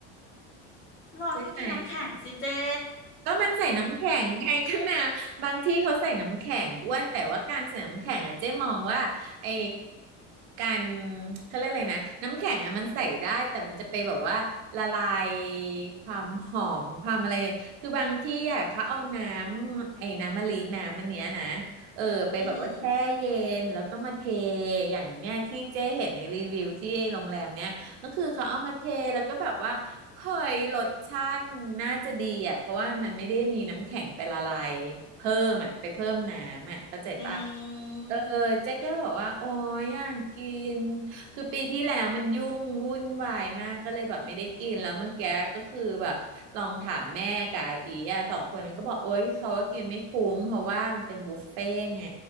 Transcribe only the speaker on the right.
ใช่ไหม ก็มันใส่น้ำแข็งไงกันนะบางที่เขาใส่น้ำแข็งอ้วนแต่ว่าการใส่น้ำแข็งอะเจ๊มองว่าไอ้การเขาเรียกอะไรนะน้ำแข็งอะมันใส่ได้แต่มันจะไปแบบว่าละลายความหอมความอะไรคือบางที่อะเขาเอาน้ำไอ้น้ำมะลิน้ำมันเนี้ยนะเออไปแบบว่าแช่เย็นแล้วก็มาเท
อย่างเนี้ยที่เจ๊เห็นในรีวิวที่โรงแรมเนี้ย ก็คือเขาเอามาเทแล้วก็แบบว่าเฮ้ยรสชาติมันน่าจะดีอ่ะเพราะว่ามันไม่ได้มีน้ำแข็งไปละลายเพิ่มอ่ะไปเพิ่มน้ำอ่ะเข้าใจปะ
เออเจ๊ก็บอกว่าโอ้ยอยากกิน
คือปีที่แล้วมันยุ่งวุ่นวายมากก็เลยแบบไม่ได้กินแล้วเมื่อกี้ก็คือแบบลองถามแม่กับอาอีอ่ะสองคนนั้นก็บอกโอ้ยเขาว่ากินไม่คุ้มเพราะว่ามันเป็นบุฟเฟ่ต์ไง